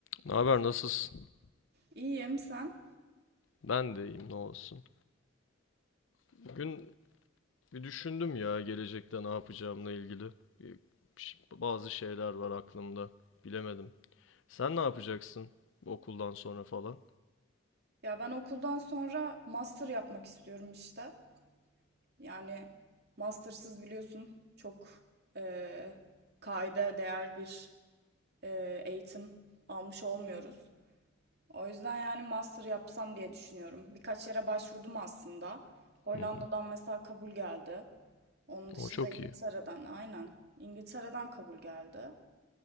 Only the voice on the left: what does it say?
Ne haber, nasılsın?
Ben de iyiyim, ne olsun. Bugün bir düşündüm ya gelecekte ne yapacağımla ilgili. Bir- bir şey- bazı şeyler var aklımda. Bilemedim. Sen ne yapacaksın bu okuldan sonra falan?
Hı hı.
O çok
iyi.